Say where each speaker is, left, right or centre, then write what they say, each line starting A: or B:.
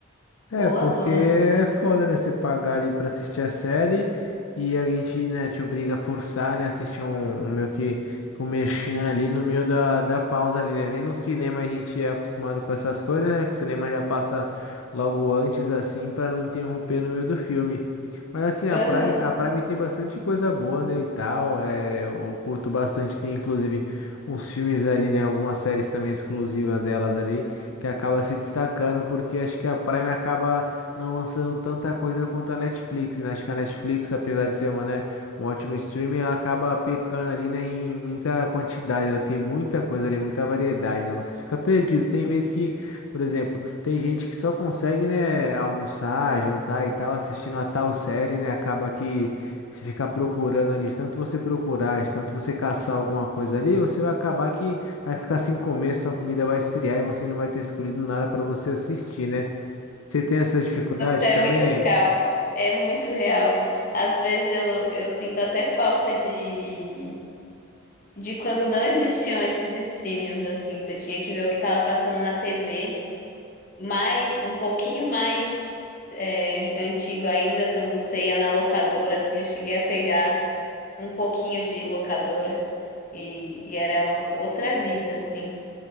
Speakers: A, on the left (about 40°); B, on the left (about 90°).
A: Boladona.
B: É, porque é foda, né? Você pagar ali pra assistir a série e a gente, né, te obriga a forçar, né? Assistir um, um meio que um merchan ali no meio da, da pausa ali, né? Nem no cinema a gente é acostumado com essas coisas, né? Que o cinema já passa logo antes, assim, pra não interromper no meio do filme. Mas assim, a
A: Aham.
B: Prime, a Prime tem bastante coisa boa, né, e tal. É, eu curto bastante, tem inclusive uns filmes ali, né? Algumas séries também exclusivas delas ali que acaba se destacando, porque acho que a Prime acaba não lançando tanta coisa quanto a Netflix, né? Acho que a Netflix, apesar de ser uma, né, um ótimo streaming, ela acaba pecando ali, né, em muita quantidade, ela tem muita coisa ali, muita variedade, né? Você fica perdido. Tem vezes que, por exemplo, tem gente que só consegue, né, almoçar, jantar e tal, assistindo a tal série, né? Acaba que se ficar procurando ali, de tanto você procurar, de tanto você caçar alguma coisa ali, você vai acabar que vai ficar sem comer, sua comida vai esfriar e você não vai ter escolhido nada para você assistir, né? Você tem essa dificuldade
A: É
B: também?
A: muito real. É muito real. Às vezes eu, eu sinto até falta de, de quando não existiam esses streamings assim. Você tinha que ver o que estava passando na TV. Mais, um pouquinho mais é, antigo ainda, quando você ia na locadora, assim, eu cheguei a pegar um pouquinho de locadora e, e era outra vida, assim.